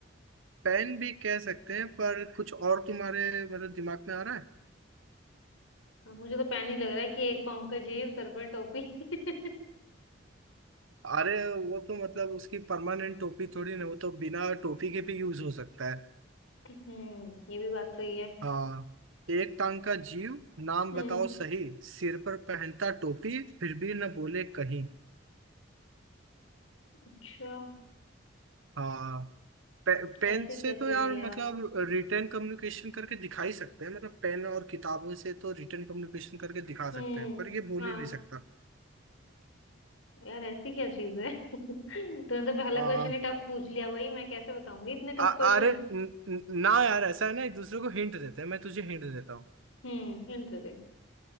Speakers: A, on the right; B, on the left.
A: पेन भी कह सकते हैं पर कुछ और तुम्हारे मतलब दिमाग में आ रहा है
B: अब मुझे तो पेन ही लग रहा है कि एक पाँव का जीव सर पर टोपी <laughs>
A: अरे वो तो मतलब उसकी परमानेंट टोपी थोड़ी ना वो तो बिना टोपी के भी यूज हो सकता है
B: हम्म ये भी बात सही है
A: हाँ एक टांग का जीव नाम
B: हम्म
A: बताओ सही सिर पर पहनता टोपी फिर भी न बोले कहीं
B: अच्छा
A: हाँ पे, पेन
B: ऐसी
A: से
B: क्या चीज
A: तो यार
B: है
A: मतलब
B: यार
A: रिटर्न कम्युनिकेशन करके दिखा ही सकते हैं मतलब पेन और किताबों से तो रिटर्न कम्युनिकेशन करके दिखा सकते
B: हम्म
A: हैं पर ये बोल
B: हाँ
A: ही नहीं सकता
B: यार ऐसी क्या चीज है <laughs> तूने तो पहला
A: हाँ।
B: क्वेश्चन ही टफ पूछ लिया वही मैं कैसे बताऊंगी इतने
A: आ-
B: टफ क्वेश्चन
A: अरे न- न- ना यार ऐसा है ना एक दूसरे को हिंट देते हैं मैं तुझे हिंट देता हूँ
B: हम्म हिंट दे